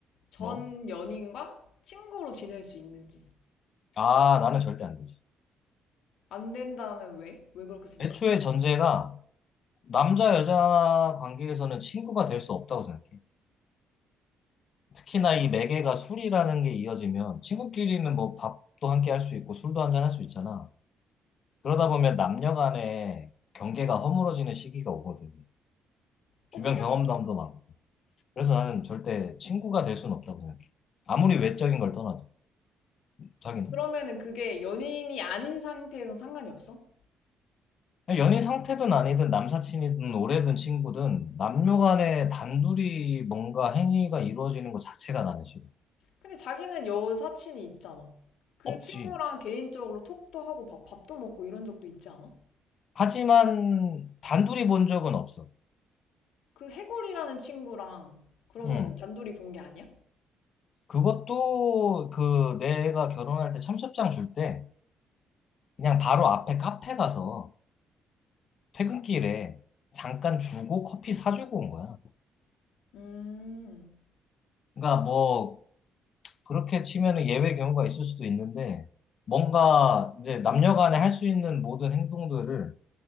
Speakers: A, on the left (about 70°); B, on the left (about 55°).
A: 전
B: 뭐?
A: 연인과 친구로 지낼 수 있는지.
B: 아, 나는 절대 안 되지.
A: 안 된다면 왜? 왜 그렇게 생각하는?
B: 애초에 전제가 남자, 여자 관계에서는 친구가 될 수 없다고 생각해. 특히나 이 매개가 술이라는 게 이어지면 친구끼리는 뭐 밥도 함께 할 수 있고 술도 한 잔 할 수 있잖아. 그러다
A: 응.
B: 보면 남녀 간의 경계가 허물어지는 시기가 오거든.
A: 어,
B: 주변
A: 근데?
B: 경험담도 많고. 그래서 나는 절대 친구가 될 수는 없다고 생각해. 아무리 외적인 걸 떠나도. 자기는?
A: 그러면은 그게 연인이 아닌 상태에선 상관이 없어?
B: 연인 상태든 아니든 남사친이든 오래된 친구든 남녀 간에 단둘이 뭔가 행위가 이루어지는 것 자체가 나는 싫어.
A: 근데 자기는 여사친이 있잖아. 그
B: 없지.
A: 친구랑 개인적으로 톡도 하고 밥, 밥도 먹고 이런 적도 있지 않아?
B: 하지만 단둘이 본 적은 없어.
A: 그 해골이라는 친구랑 그러면은
B: 응.
A: 단둘이 본 게 아니야?
B: 그것도 그 내가 결혼할 때 청첩장 줄 때 그냥 바로 앞에 카페 가서 퇴근길에 잠깐 주고 커피 사주고 온 거야.
A: 음,
B: 그러니까 뭐 그렇게 치면은 예외 경우가 있을 수도 있는데 뭔가 이제 남녀 간에 할 수 있는 모든 행동들을